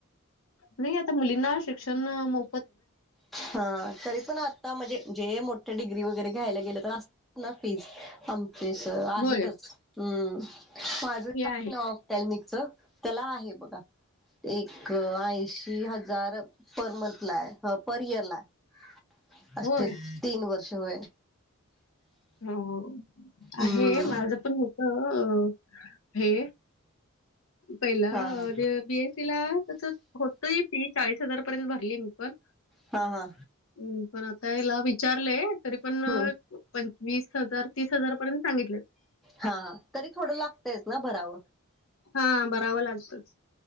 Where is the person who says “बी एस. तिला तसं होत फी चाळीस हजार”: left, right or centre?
Left